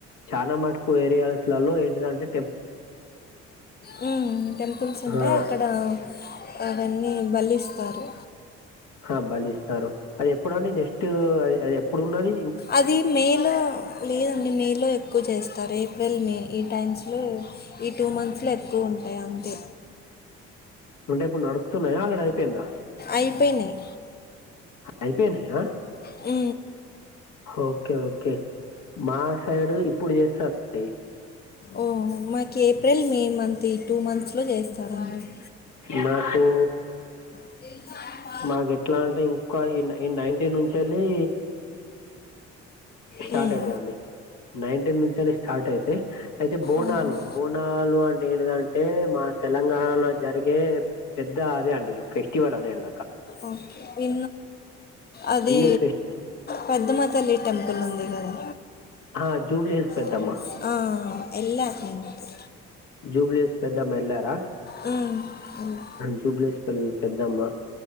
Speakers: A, on the left (about 60°); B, on the left (about 30°).
A: చాల మటుకు ఏరియాస్లలో ఏంటి దంటే
B: హామ్ టెంపుల్స్ ఉంటాయి
A: ఆ,
B: అక్కడ అవన్నీ బలిస్తారు
A: ఆ బలిస్తారు అది ఎప్పుడండి నెక్స్ట్ అ అది ఎప్పుడున్నది
B: అది మే లో లేదండి మే లో ఎక్కువ చేస్తరు ఏప్రిల్ మే ఈ టైమ్స్ లో ఈ టూ మంత్స్ లో ఎక్కువ ఉంటాయి అంతే
A: అంటే ఇప్పుడు నడుస్తున్నాయా లేదా అయిపోయిందా
B: అయిపోయినాయి
A: అయిపోయినాయా
B: హు
A: ఓకే ఓకే మా సైడు ఇప్పుడు చేస్తారండీ
B: ఓ మాకు ఏప్రిల్ మే మంత్ ఈ టూ మంత్స్లో చేస్తారండి
A: మాకు
B: ా
A: మాకు ఎట్లా అంటే ఇంకా ఈ నైన్టీన్ నుంచెల్లి స్టార్ట్
B: హ్మ్.
A: అయితండి నైన్టీన్ నుంచి అని స్టార్ట్ అయితే అయితే బోనాలు
B: ఆహా!
A: బోనాలు అంటే ఏంటిదంటే మా తెలంగాణలో జరిగే పెద్ద అదే అండి ఫెస్టివల్ అదేండి
B: ఓకే అధీ
A: అన్ని ఫెస్ట్
B: పెద్దమ్మ తల్లి టెంపుల్ ఉంది కదా
A: ఆ జూబ్లీ హిల్స్ పెద్దమ్మ
B: తెలుసు. ఆ ఆ ఎల్లా <unintelligible>
A: జూబ్లిస్ పెద్దమ్మ ఎల్లార
B: హ్మ్. ఎళ్ళా.
A: జూబ్లిస్ <unintelligible> పెద్దమ్మా